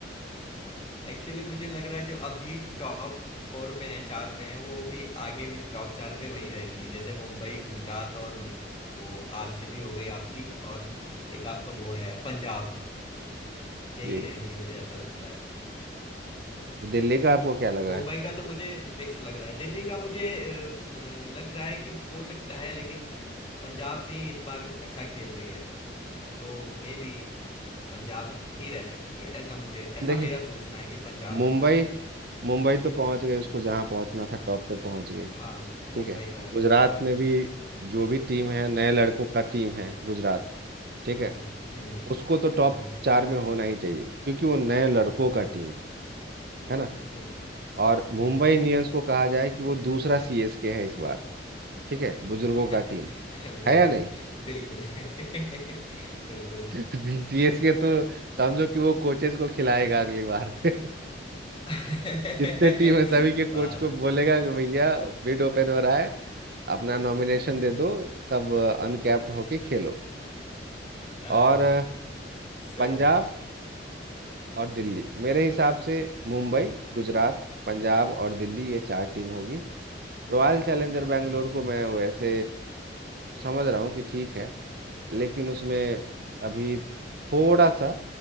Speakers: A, on the left (about 30°); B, on the right (about 55°).
A: एक्चुअली मुझे लग रहा है जो अभी टॉप फोर पे हैं चार पे हैं वो भी आगे भी टॉप चार पे वही रहेंगी जैसे मुंबई गुजरात और वो आरसीबी हो गई आपकी और एक आपका वो है पंजाब यही
B: जी
A: रहेंगी मुझे ऐसा लगता है
B: दिल्ली का आपको क्या लग रहा
A: मुंबई
B: है
A: का तो मुझे फिक्स लग रहा है दिल्ली का मुझे अ, अ, लग रहा है कि हो सकता है लेकिन पंजाब भी इस बार अच्छा खेल रही है तो मे बी पंजाब ही रह सकती है ऐसा मुझे ऐसा
B: <laughs> देखिए
A: मेरा सोचना है कि पंजाब
B: मुंबई
A: रह सकती है
B: मुंबई तो पहुंच गई उसको जहाँ पहुंचना था टॉप पे पहुंच गई
A: हाँ
B: ठीक
A: मुंबई
B: है
A: पहुंच
B: गुजरात
A: गई है
B: में भी जो भी टीम है नए लड़कों का टीम है गुजरात ठीक है
A: हम्म हम्म
B: उसको तो टॉप
A: हम्म
B: चार में होना ही चाहिए क्योंकि वो नए लड़कों का
A: हम्म
B: टीम है ना
A: हम्म
B: और
A: हम्म,
B: मुंबई
A: हम्म।
B: इंडियंस को कहा जाए कि वो दूसरा सीएसके है इस बार ठीक है बुजुर्गों
A: <laughs>
B: का टीम
A: बिल्कुल
B: है या नहीं
A: बिल्कुल <laughs> बिल्कुल
B: सीएसके तो समझो कि वो कोचेस को खिलाएगा अगली बार <laughs>
A: <laughs>
B: जितने टीम है सभी के
A: बात
B: कोच को
A: से-
B: बोलेगा कि भैया बिड ओपन हो रहा है अपना नॉमिनेशन
A: <laughs>
B: दे दो सब अनकैप्ड होके
A: हाँ
B: खेलो
A: हाँ,
B: और अ,
A: सही
B: पंजाब
A: है
B: और दिल्ली मेरे हिसाब से मुंबई
A: हम्म
B: गुजरात पंजाब और दिल्ली ये चार टीम होगी रॉयल चैलेंजर बैंगलोर
A: हम्म
B: को मैं वैसे समझ रहा हूँ कि ठीक है लेकिन उसमें अभी थोड़ा सा